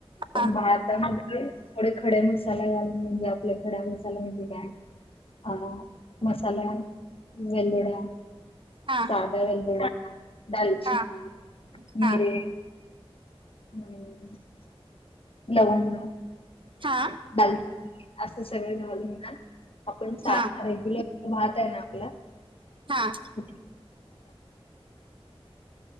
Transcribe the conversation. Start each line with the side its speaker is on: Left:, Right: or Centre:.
Left: पण
Right: हा
Left: भात <unintelligible> थोडे खडे मसाले घालून म्हणजे आपल्या खड्या मसाला म्हणजे काय अ मसाल्या वेलदोडया
Right: हा
Left: साधा वेलदोडा दालचिनी
Right: हा
Left: मीरे
Right: हा
Left: हम्म. लवंग.
Right: हा
Left: दाल असं सगळं घालून. आपण सा
Right: हा हा
Left: रेग्युलर भात आहे ना आपला अ.
Right: हा
Left: <unintelligible>